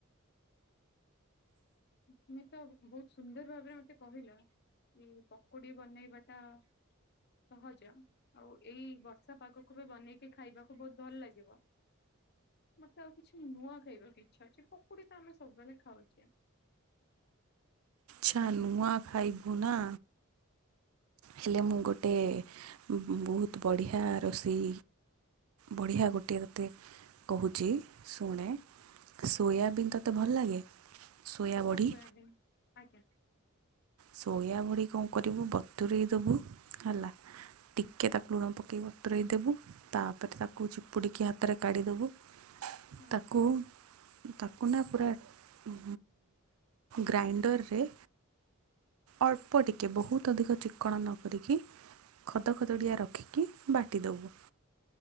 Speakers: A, on the left; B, on the right.
A: ତମେ ତ ବହୁତ ସୁନ୍ଦର ଭାବରେ ମତେ କହିଲ କି ପକୁଡି ବନେଇବା ଟା ସହଜ। ଆଉ ଏଇ ବର୍ଷା ପାଗକୁ ବି ବନେଇକି ଖାଇବାକୁ ବହୁତ ଭଲ ଲାଗିବ। ମତେ ଆଉ କିଛି ନୂଆ ଖାଇବା ଇଛା ଅଛି ପକୁଡି ତ ଆମେ ସବୁବେଳେ ଖାଉଛୁ। ଚା।
B: ଚା ନୂଆ ଖାଇବୁ ନା। ହେଲେ ମୁଁ ଗୋଟେ ବହୁତ୍ ବଢ଼ିଆ ରୋଷେଇ ବଢ଼ିଆ ଗୋଟିଏ ତୋତେ କହୁଚି ଶୁଣେ। ସୋୟାବିନ୍ ତତେ ଭଲ ଲାଗେ? ସୋୟା ବଢ଼ି
A: ହଁ ସୋୟାବିନ୍ ଆଜ୍ଞା।
B: ସୋୟାବଡ଼ି କଣ କରିବୁ ବତୁରେଇ ଦବୁ ହେଲା। ଟିକେ ତାକୁ ଲୁଣ ପକେଇ ବତୁରେଇ ଦବୁ। ତାପରେ ତାକୁ ଚିପୁଡ଼ିକି ହାତରେ କାଢ଼ିଦବୁ।
A: ହଁ
B: ତାକୁ ତାକୁ ନା ପୁରା ଉଁ ଗ୍ରାଇଣ୍ଡରରେ ଅଳ୍ପ ଟିକେ ବହୁତ୍ ଅଧିକ ଚିକ୍କଣ ନ କରିକି ଖଦ ଖଦଡ଼ିଆ ରଖିକି ବାଟି ଦବୁ।